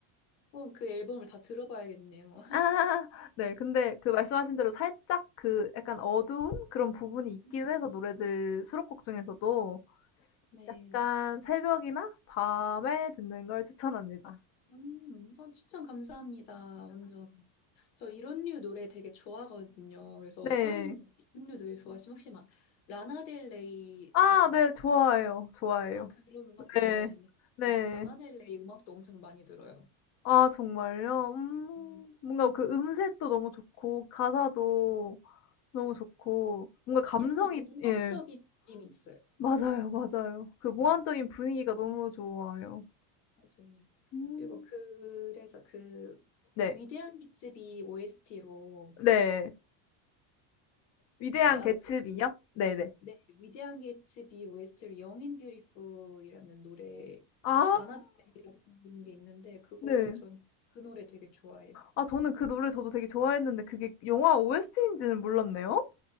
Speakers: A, on the left (about 85°); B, on the left (about 35°).
A: 어, 그 앨범을 다 들어봐야겠네요.
B: 아 네. 근데 그 말씀하신 대로 살짝 그 약간 어두운 그런 부분이 있긴
A: <laughs>
B: 해서 노래들 수록곡 중에서도
A: 네.
B: 약간 새벽이나 밤에 듣는 걸 추천합니다.
A: 음, 어, 추천 감사합니다. 완전. 저 이런 류 노래 되게 좋아하거든요. 그래서
B: 네.
A: 수아님도 이런 류 노래 좋아하시면 혹시 막 라나델레이
B: 아
A: 아시나요?
B: 네. 좋아해요, 좋아해요.
A: 아, 그런 음악도 좋아하시네요.
B: 네. 네.
A: 뭐, 라나델레이 음악도 엄청 많이 들어요.
B: 아 정말요? 음.
A: 음.
B: 뭔가 그 음색도 너무 좋고 가사도 너무 좋고 뭔가 감성이
A: 약간 몽환적인
B: 예.
A: 느낌이 있어요.
B: 맞아요, 맞아요. 그 몽환적인
A: 음,
B: 분위기가 너무 좋아요.
A: 맞아요.
B: 음.
A: 그리고 그래서 그
B: 네.
A: 위대한 개츠비 OST로
B: 네. 위대한
A: 나
B: 개츠비요?
A: 그
B: 네네.
A: 네, 위대한 개츠비 OST로 영인 뷰티풀이라는 노래
B: 아
A: 라나델이가 부른 게 있는데 그거
B: 네.
A: 전 그 노래 되게 좋아해요.
B: 아 저는 그 노래 저도 되게 좋아했는데 그게 영화 OST인지는 몰랐네요.